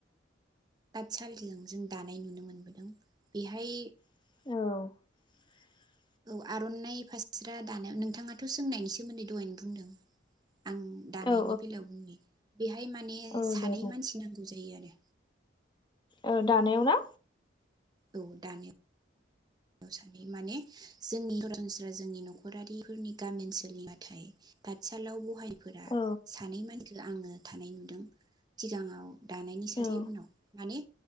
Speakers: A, on the right; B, on the left.
A: तातसालिजों जों दानाय नुनो मोनबोदों बेहाय
B: औ।
A: औ आर'नाइ फास्रा दानो नोंथाङाथ' सोंनायनि सोमोन्दै दहायनो बुंदों। आं दानायनि
B: औ
A: बेलायाव बुंनि बेहाय माने
B: औ
A: सानै
B: दे बुं
A: मानसि नांगौ जायो आरो।
B: ओ दानायाव ना?
A: औ दानायाव। सानै माने जोंनि सरासनस्रा जोंनि न'खरारिफोरनि गामि ओनसोलनि बाथाय ताथसालाव ब रायफोरा
B: औ
A: सानै मान आङो थानाय नुदों सिगाङाव दानायनि सासे
B: औ
A: उनाव माने